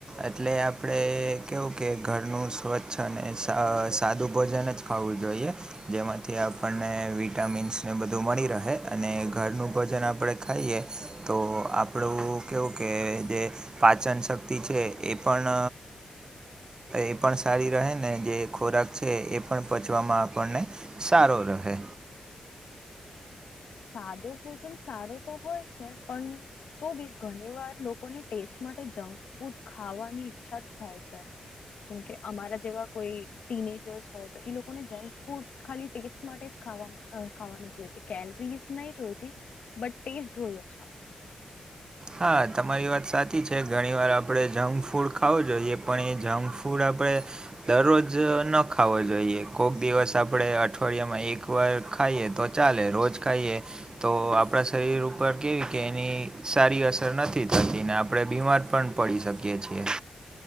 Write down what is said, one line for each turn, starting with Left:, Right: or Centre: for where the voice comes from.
Right: એટલે આપડે કેવું કે ઘરનું સ્વચ્છ અને સાદું ભોજન જ ખાવું જોઈએ. જેમાંથી આપણને વિટામિન્સને બધું મળી રહે અને ઘરનું ભોજન આપણે ખાઈએ. તો આપણું કેવું કે જે, પાચન શક્તિ છે એ પણ એ પણ સારી રહે ને જે ખોરાક છે એ પણ પચવામાં આપણને સારો રહે.
Left: સાદો ભોજન સારો તો હોય છે પણ તો ભી ઘણી વાર લોકોને ટેસ્ટ માટે જંક ફૂડ ખાવાની ઈચ્છા જ થાય છે. જેમકે અમારા જેવા કોઈ ટીનેજર્સ હોય તો એ લોકોને જંક ફૂડ ખાલી ટેસ્ટ માટે જ ખા ખાવાનું જોઈએ છે કેલરી નહી જોઈતી, બટ ટેસ્ટ જોઈએ છે.
Right: હા તમારી વાત સાચી છે ઘણી વાર આપડે જંક ફૂડ ખાવું જોઈએ પણ એ જંક ફૂડ આપણે દરરોજ ન ખાવો જોઈએ કોઈક દિવસ આપણે અઠવાડિયામાં એકવાર ખાઈએ તો ચાલે રોજ ખાઈએ, તો આપણા શરીર ઉપર કેવી કે એની સારી અસર નથી થતી ને આપણે બીમાર પણ પડી શકીએ છીએ.